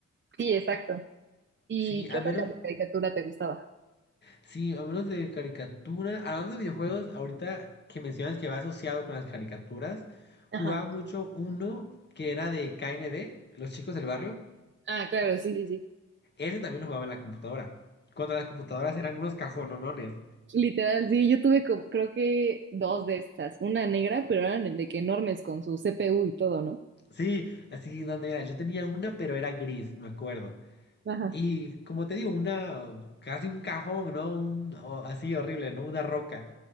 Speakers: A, on the right; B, on the left.
A: Sí, exacto. ¿Y
B: Sí, al
A: qué otra
B: menos,
A: ca- caricatura te gustaba?
B: sí, al menos de caricatura. Hablando de videojuegos, ahorita que mencionas que va asociado con las caricaturas,
A: Ajá.
B: jugaba mucho uno que era de K N D, Los Chicos del Barrio.
A: Ah, claro, sí, sí, sí.
B: Ese también lo jugaba en la computadora. Cuando las computadoras eran unos cajonones.
A: Literal, sí, yo tuve como, creo que dos de estas. Una negra, pero eran de que enormes con su CPU y todo, ¿no?
B: Sí, así donde era. Yo tenía una, pero era gris, me acuerdo.
A: Ajá.
B: Y como te digo, una, casi un cajón, ¿no? Un, o- así horrible, ¿no? Una roca.